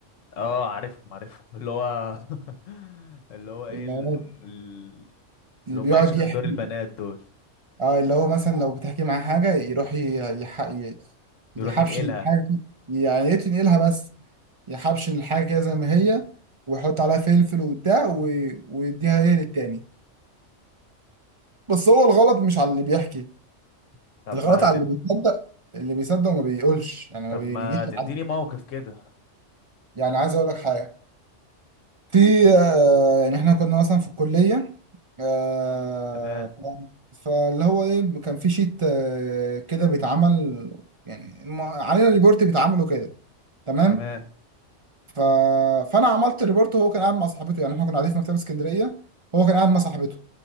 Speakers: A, on the left; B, on the right.
A: اه عارفهم عارفهم اللي هو <laughs> اللي هو ايه
B: اللي
A: ال-
B: هو
A: ال-
B: اللي
A: اللي
B: بيقعد
A: هم عايشين
B: يحكي
A: بدور البنات دول
B: اه اللي هو مثلا لو بتحكي معاه حاجه يروح ي- يح... ي-
A: يروح
B: يحبش
A: ينقلها
B: الحاجه يعني يتنقلها بس يحبشن الحاجة كده زي ما هي ويحط عليها فلفل وبتاع و... ويديها ايه للتاني بس هو الغلط مش على اللي بيحكي
A: طب
B: الغلط
A: ما
B: على
A: تد...
B: اللي بيصدق اللي بيصدق وما بيقولش يعني
A: طب
B: ما بيجيش
A: ما تديني
B: لحد
A: موقف كده
B: يعني عايز اقول لك حاجة في آه، يعني احنا كنا مثلا في الكلية آه،
A: تمام
B: ف- فاللي هو ايه كان في شيت آه، كده بيتعمل يعني ما- علينا ريبورت بيتعمل وكده تمام
A: تمام
B: ف... فانا عملت ريبورت وهو كان قاعد مع صاحبته يعني احنا كنا قاعدين في مكتبه اسكندريه هو كان قاعد مع صاحبته